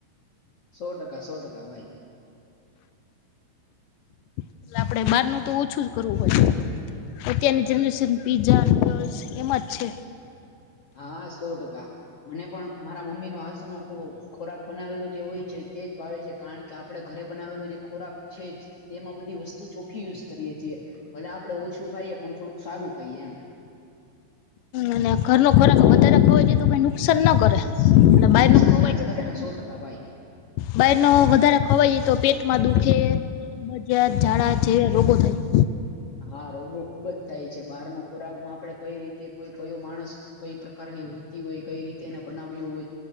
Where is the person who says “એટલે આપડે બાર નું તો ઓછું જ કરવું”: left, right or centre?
Left